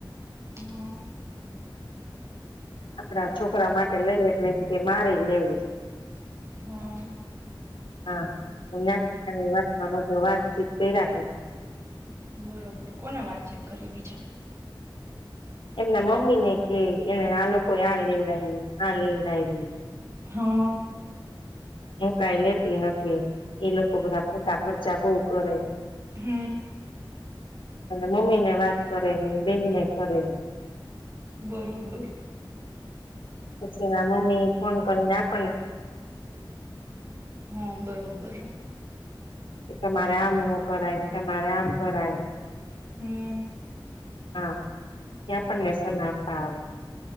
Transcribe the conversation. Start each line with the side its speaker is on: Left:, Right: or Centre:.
Right: હા.
Left: આપણા છોકરા માટે લઈએ, એટલે એમ કે મારેય લેવું.
Right: હા
Left: હા, નાની, નાની વાતમાં બધી વાતચીત કરીયા કરે.
Right: બરોબર કોને વાતચીત કરે? બીજા,
Left: એમના મમ્મી ને કે. એને આ લોકો આ લેવ. હા, આ લેવડાઈવું
Right: હા
Left: હું કાંઈ લેતી નથી. એ લોકો બધા ખોટા ખર્ચા બવ કરે
Right: હ.
Left: મમ્મી ને વાત કરે, બેનને કરે
Right: બરોબર
Left: પછી એના મમ્મી ફોન કરીને આપ
Right: હા બરોબર.
Left: એ તમારે આમ ન કરાય, તમારે આમ કરાય
Right: હમ
Left: હા ત્યાં પણ નેસ ન આપવા આવે.